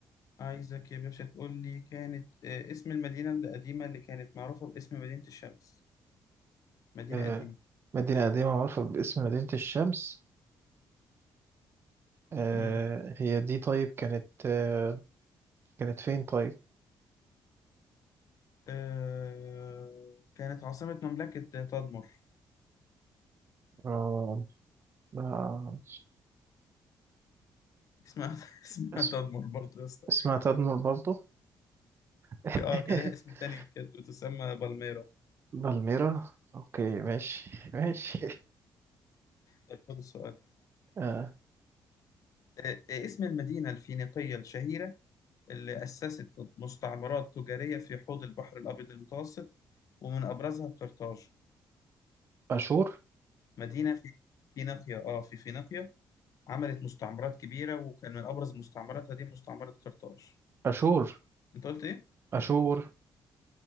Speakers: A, on the left; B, on the right.
A: عايزك يا باشا تقول لي كانت آه، اسم المدينة القديمة اللي كانت معروفة باسم مدينة الشمس مدينة
B: أه
A: قديمة
B: مدينه قديمه معروفه باسم مدينه الشمس أه
A: مم.
B: هي دي طيب كانت أه كانت فين طيب
A: آه... كانت عاصمة مملكة تدمر
B: أه آه،
A: اسمها <laughs> اسمها
B: اس-
A: تدمر برضه يا اسطى
B: اسمها تدمر برضه <laughs>
A: ك- اه كان لها اسم تاني كانت بتسمى بالميرا
B: بالميرا اوكي ماشي ماشي
A: طب خد السؤال <laughs>
B: <laughs> أه
A: آه، آه، اسم المدينة الفينيقية الشهيرة اللي أسست مستعمرات تجارية في حوض البحر الأبيض المتوسط ومن أبرزها قرطاج
B: اشور
A: مدينة في فينيقيا آه في فينيقيا عملت مستعمرات كبيرة وكان من أبرز مستعمراتها دي مستعمرة قرطاج
B: اشور
A: أنت قلت إيه؟
B: اشور